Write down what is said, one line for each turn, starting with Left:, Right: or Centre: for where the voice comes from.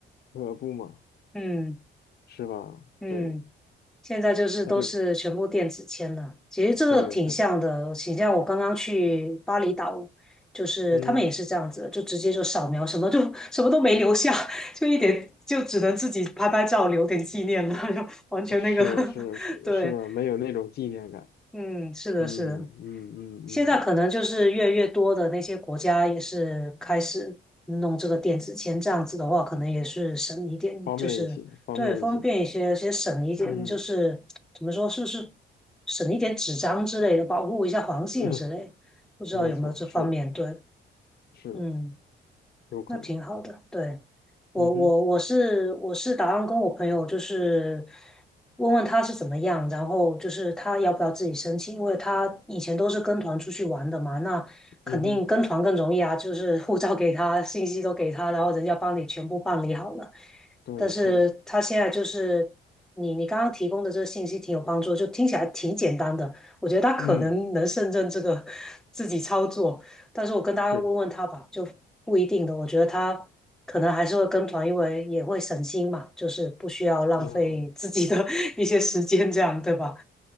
Left: 可不嘛，
Centre: 嗯
Left: 是吧？
Centre: 嗯。
Left: 对，
Centre: 现在就是都是全部电子签了，
Left: 他这个，
Centre: 其实这个挺像的，
Left: 对他，
Centre: 挺像我刚刚去巴厘岛，就是他们也是这样子的，
Left: 嗯
Centre: 就直接就扫描，什么就什么都没留下，<laughs> 就一点就只能自己拍拍照留点纪念了，就完全那个，
Left: 是的，是的是是的，
Centre: <laughs> 对，
Left: 没有那种纪念感，
Centre: 嗯，是的，
Left: 嗯嗯嗯嗯
Centre: 是的，现在可能就是越来越多的那些国家也是开始弄这个电子签，这样子的话，可能也是省一点，
Left: 方便一些，
Centre: 就是对方便一些，
Left: 方便一些，
Centre: 先省一点，
Left: 嗯，
Centre: 就是怎么说，是不是省一点纸张之类的，保护一下环境之类的，
Left: <laughs>
Centre: 不知道有没有这方面对，
Left: 没错，是的，是的，
Centre: 嗯。
Left: 有可能，
Centre: 那挺好的。对，我我我是我是打算跟我朋友就是
Left: 嗯哼，
Centre: 问问他是怎么样，然后就是他要不要自己申请，因为他以前都是跟团出去玩的嘛，那肯定跟团更容易啊，
Left: 嗯哼，
Centre: 就是护照给他，信息都给他，然后人家帮你全部办理好了。
Left: 对，
Centre: 但是他现在就是你你刚刚提供的这个信息挺有帮助，
Left: 是的，
Centre: 就听起来挺简单的，我觉得他可能能胜任这个
Left: 嗯，
Centre: <laughs> 自己操作。但是我跟他问问他吧，
Left: 是的，
Centre: 就不一定的。我觉得他可能还是会跟团，因为也会省心嘛，就是不需要浪费自己的
Left: 嗯，
Centre: <laughs> 一些时间，这样对吧？